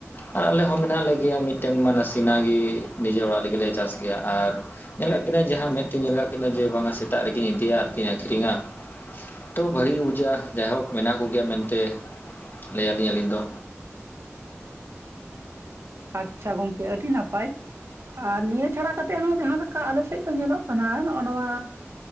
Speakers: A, on the left; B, on the right.
A: ᱟᱨ ᱟᱞᱮ ᱦᱚᱸ ᱢᱮᱱᱟᱜ ᱞᱮᱜᱮᱭᱟ ᱢᱤᱫᱴᱟᱹᱝ ᱢᱟ ᱱᱟᱥᱮᱱᱟᱜ ᱜᱮ ᱱᱤᱡᱮ ᱚᱲᱟᱜ ᱞᱟᱹᱜᱤᱫᱮᱞᱮ ᱪᱟᱥ ᱜᱮᱭᱟ᱾ ᱟᱨ ᱧᱮᱞ ᱠᱟᱜ ᱠᱤᱱᱟᱹ ᱡᱟᱦᱟᱸ ᱢᱮᱫ ᱛᱮᱧ ᱧᱮᱞ ᱠᱟᱷ ᱠᱤᱱᱟᱹ ᱡᱮ ᱵᱟᱝᱟ ᱥᱮᱛᱟᱜ ᱨᱮᱠᱤᱱ ᱤᱫᱤᱭᱟ ᱟᱨᱠᱤᱱ ᱟᱹᱠᱷᱨᱤᱧᱟ᱾ ᱛᱚ ᱵᱷᱟᱹᱜᱤ ᱜᱮ ᱵᱩᱡᱷᱟᱹᱜ-ᱟ᱾ ᱡᱟᱭᱦᱳᱠ ᱢᱮᱱᱟᱜ ᱠᱚᱜᱮᱭᱟ ᱢᱮᱱᱛᱮ ᱞᱟᱹᱭᱟᱹᱞᱤᱧ ᱟᱹᱞᱤᱧ ᱫᱚ᱾
B: ᱟᱪᱪᱷᱟ ᱜᱚᱝᱠᱮ ᱟᱹᱰᱤ ᱱᱟᱯᱟᱭ᱾ ᱟᱨ ᱱᱤᱭᱟᱹ ᱪᱷᱟᱲᱟ ᱠᱟᱛᱮᱫ ᱦᱚᱸ ᱡᱟᱦᱟᱸ ᱞᱮᱠᱟ ᱟᱞᱮ ᱥᱮᱫ ᱠᱚ ᱧᱮᱞᱚᱜ ᱠᱟᱱᱟ ᱱᱚᱜ-ᱚ ᱱᱚᱣᱟ